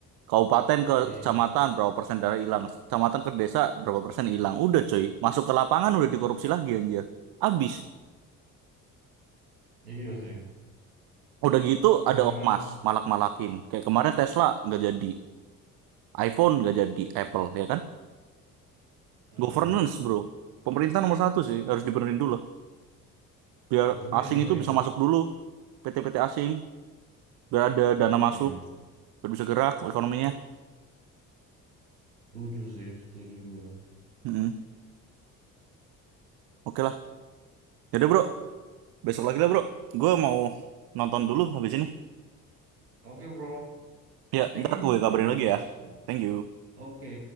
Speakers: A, on the right (about 55°); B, on the right (about 80°).
A: kabupaten ke
B: Iya.
A: kecamatan berapa persen dana hilang kecamatan ke desa berapa persen hilang udah coy masuk ke lapangan udah dikorupsi lagi anjir abis
B: Iya sih.
A: udah gitu
B: Emang
A: ada ormas
B: emang
A: malak-malakin kayak kemarin Tesla nggak jadi iPhone nggak jadi Apple ya kan
B: mm
A: Governance, bro. Pemerintah nomor satu sih, harus dibenerin dulu. Biar
B: Governance
A: asing
B: sih.
A: itu bisa masuk dulu. PT-PT asing, biar ada dana masuk,
B: Iya.
A: biar bisa gerak ekonominya.
B: Setuju sih, setuju gua.
A: Mm-mm. Oke lah. Yaudah bro, besok lagi lah bro. Gue mau nonton dulu habis ini.
B: Oke, bro.
A: Ya,
B: Thank
A: ntar
B: you, bro,
A: gue kabarin
B: atas
A: lagi ya. Thank you.
B: Oke.